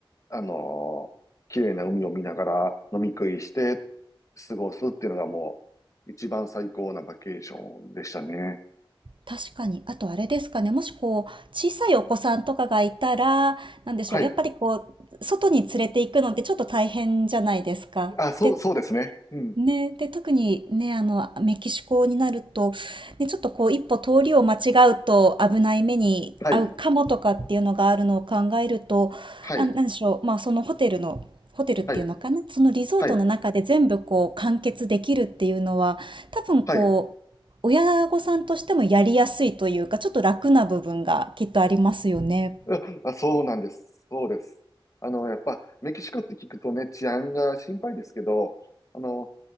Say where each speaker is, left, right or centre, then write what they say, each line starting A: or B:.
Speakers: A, on the left; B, on the right.
A: あのー綺麗な海を見ながら飲み食いして過ごすっていうのがもう一番最高なバケーションでしたね。
B: 確かに。あとあれですかね、もしこう、小さいお子さんとかがいたら、なんでしょう、
A: はい。
B: やっぱりこう、外に連れて行くのってちょっと大変じゃないですか。
A: あ、そう、
B: で、
A: そうですね。うん。
B: ね、で、特にね、あの、メキシコになると、ね、ちょっとこう、一歩通りを間違うと危ない目に遭うかもとかっていうのがあるのを考えると、
A: はい。はい。
B: あ、なんでしょう、まあ、そのホテルの、ホテルっていうのかな、
A: はい。
B: そのリゾートの中で全部こう、
A: はい。
B: 完結できるっていうのは、多分こう、
A: はい。
B: 親御さんとしてもやりやすいというか、ちょっと楽な部分がきっとありますよね。
A: あ、あそうなんです。そうです。あの、やっぱ、メキシコって聞くとね、治安が心配ですけど、あの、